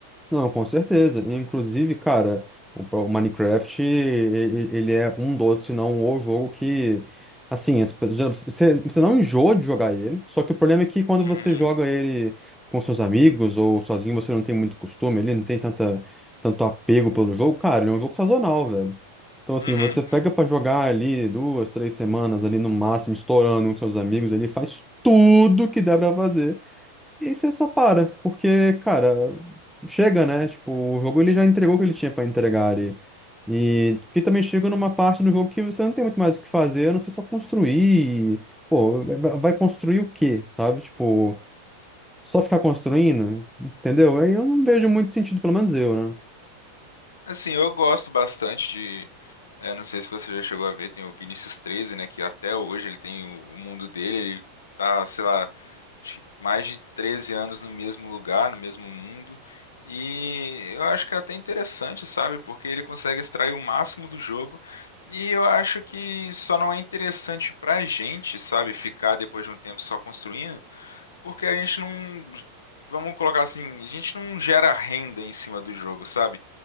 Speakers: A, in the centre; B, on the left (about 70°).
A: Não, com certeza. Inclusive, cara, o pro- o Minecraft, e- e- ele é um dos, se não o jogo que, assim, as pe- já- você você não enjoa de jogar ele, só que o problema é que quando
B: Uhum.
A: você joga ele com seus amigos ou sozinho, você não tem muito costume, ele não tem tanta, tanto apego pelo jogo, cara, ele é um jogo sazonal, velho. Então, assim,
B: Uhum.
A: você pega pra jogar ali duas, três semanas ali no máximo, estourando com seus amigos, ele faz tudo que dá pra fazer. E aí você só para, porque, cara, chega, né? Tipo, o jogo ele já entregou o que ele tinha pra entregar ali. E que também chega numa parte do jogo que você não tem muito mais o que fazer, a não ser só construir. e, Pô, vai vai construir o quê, sabe? Tipo, só ficar construindo, entendeu? Aí eu não vejo muito sentido, pelo menos eu, né?
B: Assim, eu gosto bastante de. é, não sei se você já chegou a ver, tem o Vinícius Treze né? Que até hoje ele tem o, o mundo dele, ele tá, sei lá, acho que mais de 13 anos no mesmo lugar, no mesmo mundo. E eu acho que é até interessante, sabe? Porque ele consegue extrair o máximo do jogo. E eu acho que só não é interessante pra gente, sabe? Ficar depois de um tempo só construindo, porque a gente não. Vamos colocar assim, a gente não gera renda em cima do jogo, sabe?